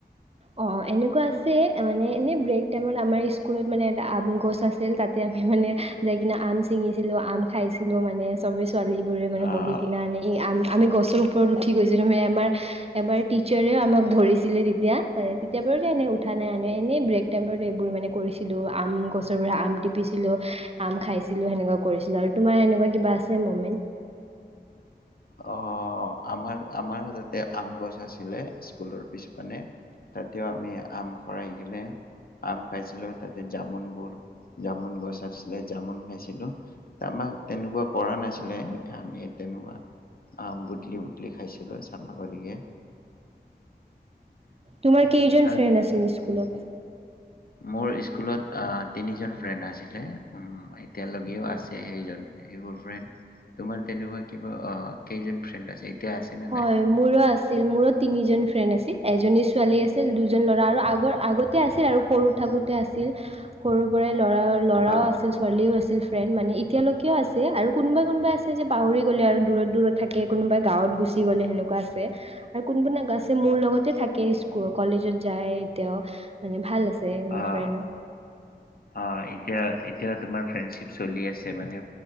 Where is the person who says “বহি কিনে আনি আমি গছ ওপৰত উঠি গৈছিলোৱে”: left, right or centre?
Right